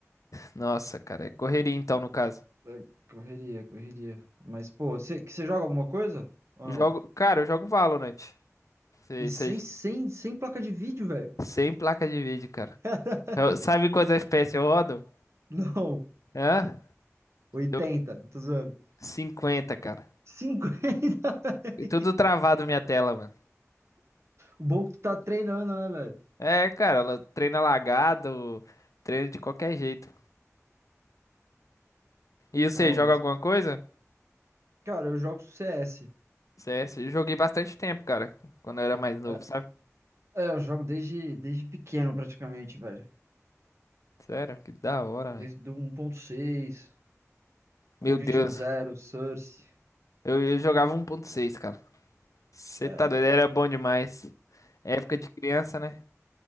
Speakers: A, on the left; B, on the right.
A: Nossa, cara, é correria então no caso.
B: É, correria, correria. Mas, pô, você você joga alguma coisa? Ou
A: Eu
B: não?
A: jogo, cara, eu jogo Valorant. Sei,
B: E sem,
A: sei,
B: sem, sem placa de vídeo, velho.
A: sem placa de vídeo, cara.
B: <laughs>
A: Eu- sabe quantos FPS eu rodo?
B: Não,
A: Hã?
B: oitenta
A: Deu
B: tô zoando.
A: 50, cara.
B: cinquenta <laughs> velho.
A: E tudo travado minha tela, mano.
B: O bom é que tu tá treinando, né, velho?
A: É, cara, ela treina lagado, treina de qualquer jeito. E você
B: Não,
A: joga
B: mas,
A: alguma coisa?
B: cara, eu jogo CS.
A: CS, eu joguei bastante tempo, cara, quando eu era mais novo,
B: É,
A: sabe?
B: é, eu jogo desde, desde pequeno, praticamente, velho.
A: Sério, que da hora,
B: Desde
A: velho.
B: do um 1.6,
A: Meu
B: Condition
A: Deus,
B: Zero, Source.
A: eu, eu jogava 1.6, cara. Você
B: É,
A: tá
B: velho.
A: doido, era bom demais. Época de criança, né?